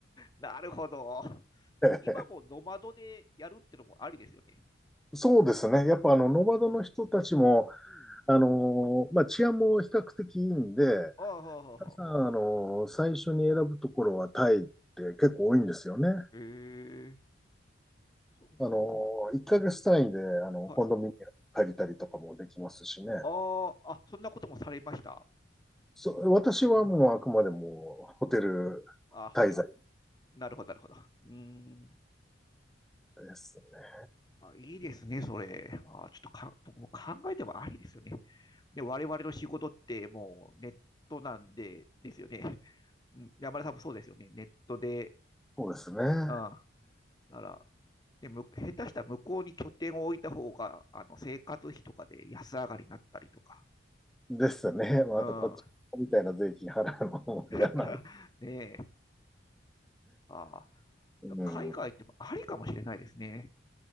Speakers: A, on the left; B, in the centre.
A: なるほど。でも今もノマドでやるってのもありですよね。
B: <laughs> そうですね。やっぱあの、
A: うん。
B: ノマドの人たちも、
A: うん。
B: あのーまあ、治安も比較的いいんで、
A: ああ、はあ、はあ、
B: 皆さん、
A: はあ。
B: あのー最初に選ぶところはタイって結構多いんですよね。
A: ええそうなんだ。
B: あのー、1ヶ月単位で、あの、
A: はい。
B: コンドミニアム借りたりとかもできますしね。
A: ああ、あ、そんなこともされました。
B: そ、私はもうあくまでもホテル滞在
A: うん。ああ、ホテル。なるほど、なるほど。うーん。
B: ですね。
A: あ、いいですね、それ。あ、ちょっとか、僕も考えてもありですよね。で、我々の仕事ってもうネットなんで、ですよね。<laughs> うん山田さんもそうですよね。ネットで、
B: そうですね。
A: うん。なら、で、む、下手したら向こうに拠点を置いた方が、あの、生活費とかで安上がりになったりとか。
B: ですね。<laughs> まあ、
A: うん。
B: あと、こっちみたいな税金払うのも嫌なんで。
A: <laughs> ねえ。あ
B: うん。
A: あ、海外ってもありかもしれないですね。